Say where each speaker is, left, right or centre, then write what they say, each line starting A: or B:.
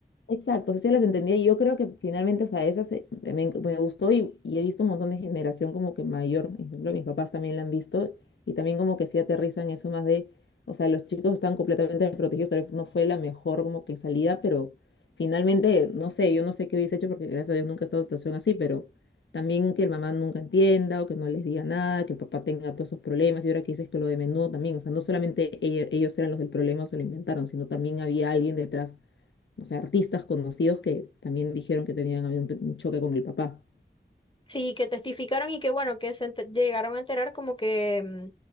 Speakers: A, on the left; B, on the left.
A: Exacto, sí las entendía y yo creo que finalmente, o sea, esas se- me, me gustó y, y he visto un montón de generación como que mayor, por ejemplo, mis papás también la han visto y también como que sí aterrizan eso más de, o sea, los chicos están completamente desprotegidos, tal vez no fue la mejor como que salida, pero finalmente, no sé, yo no sé qué hubiese hecho porque gracias a Dios nunca he estado en situación así, pero también que el mamá nunca entienda o que no les diga nada, que el papá tenga todos esos problemas y ahora que dices que lo de menudo también, o sea, no solamente ella- ellos eran los del problema o se lo inventaron, sino también había alguien detrás o sea, artistas conocidos que también dijeron que tenían habido un, tr- un choque con el papá.
B: Sí, que testificaron y que bueno, que se ente- llegaron a enterar como que mm,